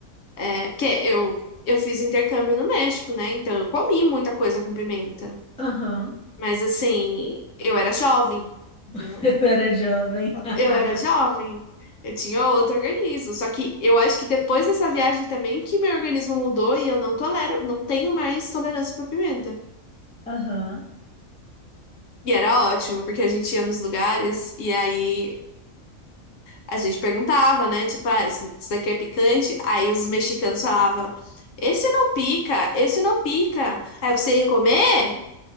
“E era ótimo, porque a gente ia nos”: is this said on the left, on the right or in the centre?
Left